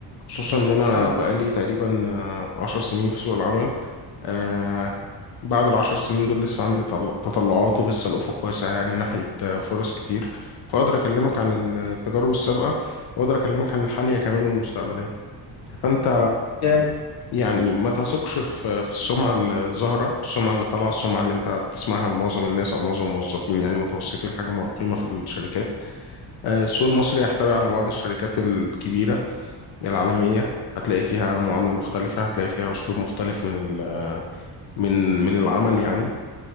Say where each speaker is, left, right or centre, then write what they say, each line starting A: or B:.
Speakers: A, on the left (about 55°); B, on the left (about 85°).
A: خصوصا ان انا
B: حلو
A: بقالي
B: ده
A: تقريبا آه، عشر سنين في سوق العمل آه، بعد العشر سنين دول لسه عندي تطل- تطلعات ولسه الأفق واسع يعني ناحية آه، فرص كتير فأقدر أكلمك عن التجارب السابقة وأقدر أكلمك عن الحالية كمان والمستقبلية فأنت
B: جامد
A: يعني ما تثقش في في السمعة الظاهرة السمعة اللي طالعة السمعة اللي أنت بتسمعها من معظم الناس أو معظم الموظفين يعني متوسطي الحجم والقيمة في الشركات آه، السوق المصري يحتوي على بعض الشركات الكبيرة العالمية هتلاقي فيها معاملة مختلفة هتلاقي فيها أسلوب مختلف من ال- من من العمل يعني